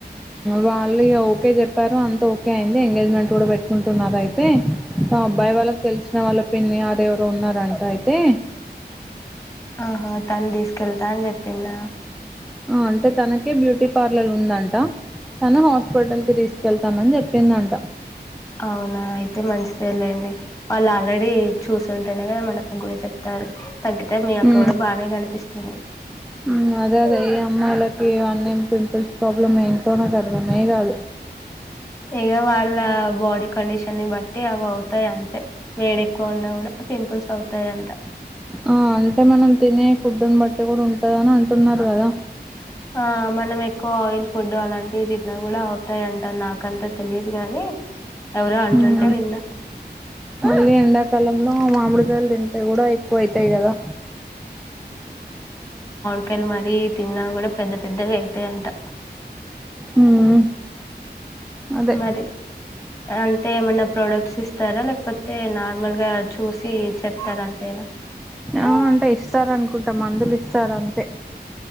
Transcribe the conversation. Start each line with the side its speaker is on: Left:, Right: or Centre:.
Centre: వాళ్ళు ఓకే చెప్పారు అంత ఓకే అయింది. ఎంగేజ్మెంట్ కూడా పెట్టుకుంటున్నారు అయితే ఆ అబ్బాయి వాళ్ళకి తెలిసిన వాళ్ళ పిన్ని ఆర ఎవరు ఉన్నారంట అయితే,
Left: ఆహా తను తీసుకెళ్తా అని చెప్పిందా
Centre: అంటే తనకే బ్యూటీ పార్లర్ ఉందంట తను హాస్పిటల్ కి తీసు కెళ్తానని చెప్పిందంట,
Left: అవునా అయితే మంచిదేళండి వాళ్ళు ఆల్రెడీ చూసింటేనే కదా మన కూడా చెప్తారు. తాగ్గుతది మీ అక్క
Centre: హ్మ్.
Left: కూడా బానే కనిపిస్తుంది.
Centre: హ్మ్. అదే అదే ఈ అమ్మాయిలకి ఇవన్నీ పింపుల్స్ ప్రాబ్లం ఏంటో నాకు అర్థమే కాదు,
Left: ఇగా వాళ్ళ బాడీ కడిషన్ న్ని బట్టి అవి అవుతాయి, అంతే వేడెక్కువ ఉన్నా కూడా పింపుల్స్ అవుతాయ అంట
Centre: ఆ అంటే మనం ఫుడ్ని బట్టి కూడా ఉంటద అని అంటున్నారు. కదా
Left: <unintelligible> ఆ మనం ఎక్కువ ఆయిల్ ఫుడ్ అలాంటివి తిన్నా కూడా అవుతాయింట నాకంతా తెలియదు గాని, ఎవరో అంటుంటే
Centre: ఉ
Left: విన్నా
Centre: మళ్ళీ ఎండాకాలంలో మామిడి తింటే కూడా ఎక్కువ అవుతాయి కదా
Left: చికెన్ మరీ తిన్నా కూడా పెద్ద పెద్దగా అయితాయంటా
Centre: హ్మ్. అదే
Left: మరి అంటే ఏమన్నా ప్రోడక్ట్స్ ఇస్తారా లేకపోతే నార్మల్ గా చూసి చెప్తారు అంతేనా
Centre: ఆ అంటే ఇస్తారూ అనుకుంటా మందులు ఇస్తారు అంతే